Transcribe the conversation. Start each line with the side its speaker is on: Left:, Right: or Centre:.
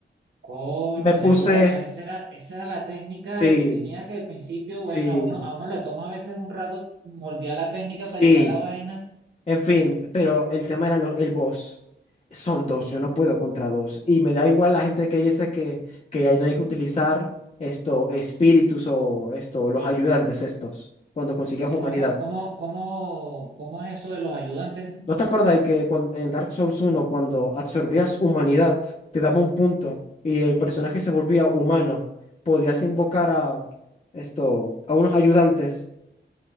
Right: Coño,
Left: Me puse...
Right: de bolas, esa era, esa era la técnica
Left: Sí,
Right: de que tenía que al principio,
Left: sí,
Right: bueno, a uno, a uno le toma a veces un rato moldear la técnica
Left: sí.
Right: para llegar a la vaina.
Left: En fin, pero el tema era lo- el boss. Son dos, yo no puedo contra dos. Y me da igual la gente que dice que, que ahí no hay que utilizar esto, espíritus o esto, los ayudantes estos, cuando consigues
Right: ¿Y
Left: humanidad.
Right: cómo, cómo, cómo, cómo es eso de los ayudantes?
Left: ¿No te acuerdas de que cuan- en Dark Souls uno cuando absorbías humanidad, te daba un punto y el personaje se volvía humano? Podías invocar a esto, a unos ayudantes